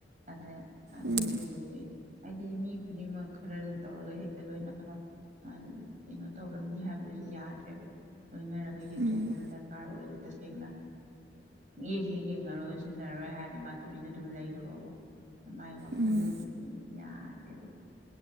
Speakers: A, on the right; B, on the right.
A: ꯑꯗ ꯑꯗꯨꯗꯨꯗꯨ
B: ꯎꯝ
A: ꯍꯥꯏꯗꯤ ꯃꯤ ꯈꯨꯗꯤꯡꯃꯛ ꯈꯔꯅ ꯇꯧꯔꯒ ꯍꯦꯛꯇ ꯂꯣꯏꯅꯃꯛ ꯀꯩꯅꯣ ꯇꯧꯔꯝꯅꯤ ꯍꯥꯏꯕꯗꯨꯁꯨ ꯌꯥꯗ꯭ꯔꯦꯕ ꯂꯣꯏꯅꯔꯒ ꯌꯦꯡꯊꯣꯛꯄ
B: ꯎꯝ
A: ꯑꯃ ꯗꯔꯀꯥꯔ ꯑꯣꯏꯗ ꯇꯁꯦꯡꯅꯨꯡ ꯌꯦꯦꯛ ꯍꯦꯛ ꯌꯦꯡꯉꯔꯨꯔ ꯁꯤꯖꯤꯟꯅꯔꯣꯏ ꯍꯥꯏꯔꯗꯤ ꯃꯥ ꯇꯨꯃꯤꯟꯅ ꯑꯗꯨꯝ ꯂꯩꯈ꯭ꯔꯣꯕ ꯃꯥꯒꯤ ꯋꯥꯈꯜꯂꯣꯟꯗꯨꯗꯤ
B: ꯎꯝ
A: ꯌꯥꯗ꯭ꯔꯦꯕ